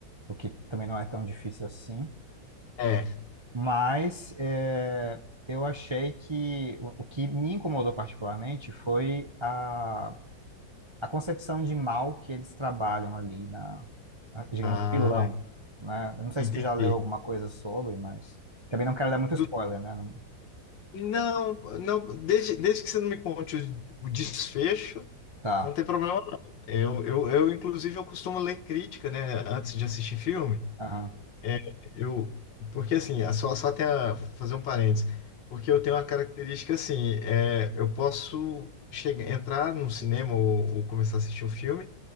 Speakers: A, on the right; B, on the left.
A: O que também não é tão difícil assim.
B: É.
A: Mas é, eu achei que o o que me incomodou particularmente foi a a concepção de mal que eles trabalham ali na, a- digamos,
B: Ah,
A: o vilão, né? Eu não sei
B: entendi.
A: se tu já leu alguma coisa sobre, mas também não quero dar muito
B: Do-
A: spoiler, né? Não-
B: não, não, desde, desde que você não me conte o, o desfecho,
A: Tá.
B: não tem problema não. Eu, eu, eu, inclusive, eu costumo ler crítica, né, antes de assistir filme.
A: Aham.
B: É, eu, porque assim, é só, só até a- fazer um parênteses, porque eu tenho uma característica assim, é, eu posso chegar, entrar num cinema ou, ou começar a assistir um filme